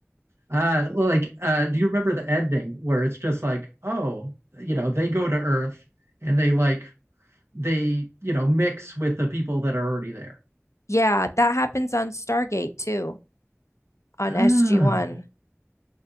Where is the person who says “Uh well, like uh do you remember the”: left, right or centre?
Right